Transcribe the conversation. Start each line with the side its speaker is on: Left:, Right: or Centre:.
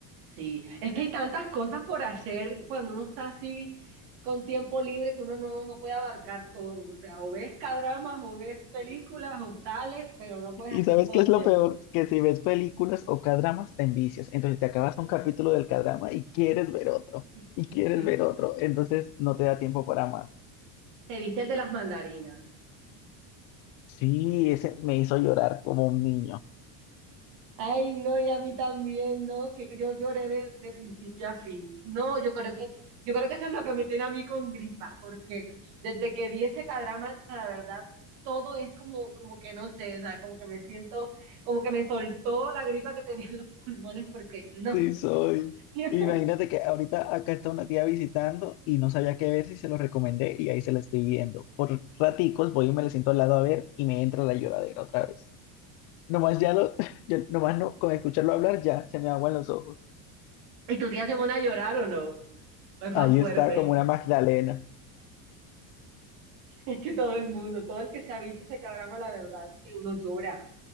Right: Sí, es que hay tantas cosas por hacer cuando uno está así con tiempo libre que uno no, no puede abarcar todo. O sea, o ves cadramas, o ves películas, o sales, pero no puedes
Left: ¿Y
Right: hacer
Left: sabes
Right: todo
Left: qué
Right: al
Left: es lo
Right: tiempo.
Left: peor? Que si ves películas o cadramas, te envicias. Entonces te acabas un capítulo del cadrama y quieres ver otro.
Right: <laughs>
Left: Y quieres
Right: Y
Left: ver otro. Entonces no te da tiempo para más.
Right: te viste el de las mandarinas.
Left: Sí, ese me hizo llorar como un niño.
Right: Ay, no, y a mí también, ¿no? Que yo lloré de, de principio a fin. No, yo creo que, yo creo que eso es lo que me tiene a mí con gripa, porque desde que vi ese cadrama, o sea, la verdad, todo es como, como que no sé, o sea, como que me siento, como que me soltó la gripa que tenía en los <laughs> pulmones, porque no.
Left: Sí, soy.
Right: <laughs>
Left: Imagínate que ahorita acá está una tía visitando y no sabía qué ver si se lo recomendé y ahí se la estoy viendo. Por raticos voy y me le siento al lado a ver y me entra la lloradera otra vez. Nomás ya lo, <laughs> ya- nomás no, con escucharlo hablar ya se me aguan los ojos.
Right: ¿Y tu tía se pone a llorar o no? No es más
Left: Ahí
Right: fuerte.
Left: está como una
Right: <laughs>
Left: Magdalena.
Right: Es que todo el mundo, todo el que se ha visto ese cadrama, la verdad, que uno llora.